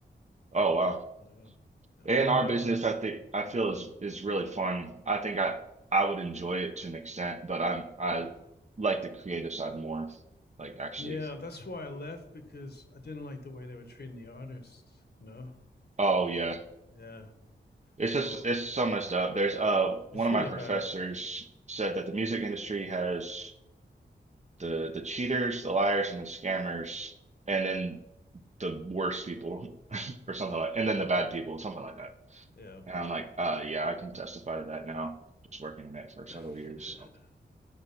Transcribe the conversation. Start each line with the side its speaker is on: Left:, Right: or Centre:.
Right: Oh, wow.
Left: so, yeah,
Right: A&R
Left: and my
Right: business,
Left: uh,
Right: I think I
Left: yeah,
Right: feel is is really fun. I think I I would enjoy it to an extent, but I'm I like the creative side more. Like actually,
Left: yeah. That's why I left because I didn't like the way they were treating the artists. You know,
Right: oh yeah,
Left: yeah.
Right: it's
Left: So
Right: just it's so messed up. There's uh one
Left: it's
Right: of
Left: really
Right: my professors
Left: bad.
Right: said that the music industry has the the cheaters, the liars, and the scammers, and then the worst people <laughs> or something like, and then the bad people, something like that.
Left: Yeah.
Right: And I'm like, uh yeah, I can testify to that now, just working in it for several
Left: <laughs>
Right: years. so.